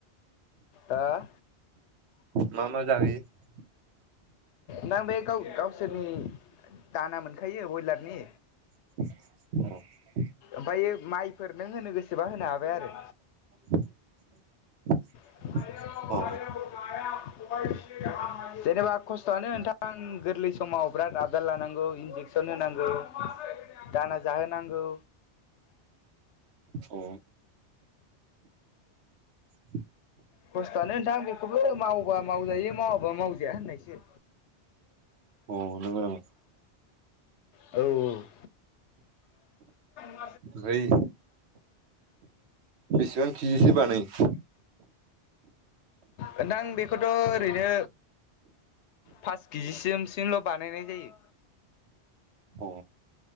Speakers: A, on the left (about 80°); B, on the right (about 70°).
A: ओ <inaudible>
B: मा मा जाहोयो
A: दा बे गाव गावसोरनि दाना मोनखायो बयलारनि
B: <inaudible>
A: ओमफायो माइफोर नों होनो गोसोबा होनो हाबाय आरो।
B: <inaudible>
A: <unintelligible>
B: अ
A: <inaudible> जेनेबा खस्थयानो नोंथां गोरलै समाव बिराद आबदार लानांगौ इन्जेकसन होनो नांगौ, दाना जाहोनांगौ।
B: <inaudible> अ <inaudible>
A: खस्थ'आनो नोंथां बेखौबो मावबा मावजायो मावाबा मावजाया होननायसो
B: अ नंगौ नामा?
A: औ <inaudible>
B: ओमफाय बेसेबां खिजिसो बानायो?
A: नोंथां बेखौथ' ओरैनो पास किजि सिमसोल बानायनाय जायो।
B: अ